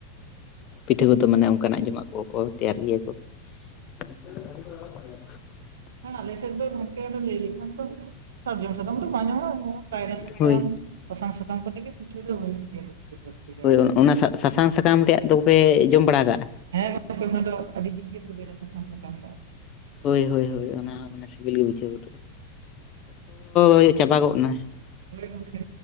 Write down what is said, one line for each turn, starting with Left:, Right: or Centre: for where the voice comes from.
Left: ᱯᱤᱴᱷᱟᱹ ᱠᱚᱫᱚ ᱢᱟᱱᱮ ᱚᱱᱠᱟᱱᱟᱜ ᱡᱚᱢᱟᱜ ᱠᱚᱠᱚ ᱛᱮᱭᱟᱨ ᱜᱮᱭᱟ ᱠᱚ᱾ <unintelligible>
Right: ᱟᱞᱮ ᱥᱮᱫ ᱫᱚ ᱜᱚᱢᱠᱮ ᱞᱟᱹᱭ ᱞᱮᱠᱷᱟᱱ ᱫᱚᱼᱼ ᱥᱟᱨᱡᱚᱢ ᱥᱟᱠᱟᱢ ᱫᱚ ᱵᱟᱝ ᱧᱟᱢᱚᱜ-ᱟ, ᱱᱩᱣᱟ ᱠᱟᱭᱨᱟ ᱥᱟᱠᱟᱢᱼᱼ
Left: ᱦᱳᱭ
Right: ᱥᱟᱥᱟᱝ ᱥᱟᱠᱟᱢ ᱠᱚᱛᱮ ᱜᱮ ᱯᱤᱴᱷᱟᱹ ᱫᱚ ᱦᱩᱭᱩᱜ ᱜᱮᱭᱟ᱾ ᱠᱟᱭᱛᱮ᱾
Left: ᱦᱳᱭ ᱚᱱᱟ ᱥᱟ-ᱥᱟᱥᱟᱝ ᱥᱟᱠᱟᱢ ᱨᱮᱭᱟᱜ ᱫᱚ ᱯᱮ ᱡᱚᱢ ᱵᱟᱲᱟ ᱟᱠᱟᱜᱼᱟ?
Right: ᱦᱮᱸ ᱜᱚᱢᱠᱮ ᱚᱱᱟ ᱫᱚ ᱟᱹᱰᱤ ᱡᱩᱛ ᱜᱮ ᱥᱤᱵᱤᱞᱟ ᱥᱟᱥᱟᱝ ᱥᱟᱠᱟᱢ ᱫᱚ
Left: ᱦᱳᱭ ᱦᱳᱭ ᱦᱳᱭ ᱚᱱᱟ ᱦᱚᱸ ᱢᱟᱱᱮ ᱥᱤᱵᱤᱞ ᱜᱮ ᱵᱩᱡᱷᱟᱹᱣ ᱜᱚᱫᱚᱜᱼᱟ, ᱚᱠᱛᱚ-ᱚ ᱪᱟᱵᱟ ᱜᱚᱜ ᱮᱱᱟ᱾
Right: ᱦᱳᱭ ᱜᱚᱝᱠᱮ᱾